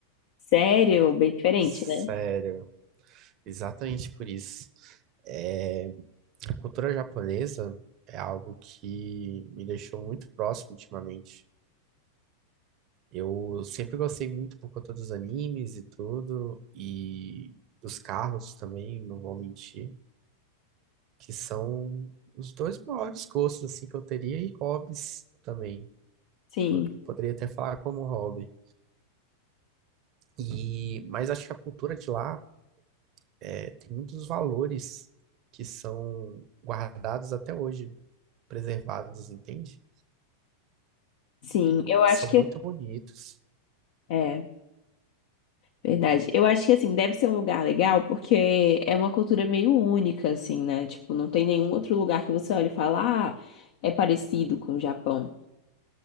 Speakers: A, on the left; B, on the right.
A: Sério, bem diferente,
B: Sério,
A: né?
B: exatamente por isso. É, a cultura japonesa é algo que me deixou muito próximo ultimamente. Eu sempre gostei muito por conta dos animes e tudo, e dos carros também, não vou mentir, que são os dois maiores gostos assim que eu teria e hobbies também.
A: Sim,
B: Po- Poderia até falar como hobby. E mas acho que a cultura de lá é, tem muitos valores que são guardados até hoje, preservados, entende?
A: sim.
B: E
A: Eu acho
B: são muito
A: que
B: bonitos,
A: é verdade. Eu acho que assim deve ser um lugar legal porque é uma cultura meio única assim, né? Tipo, não tem nenhum outro lugar que você olhe e fala, ah, é parecido com o Japão.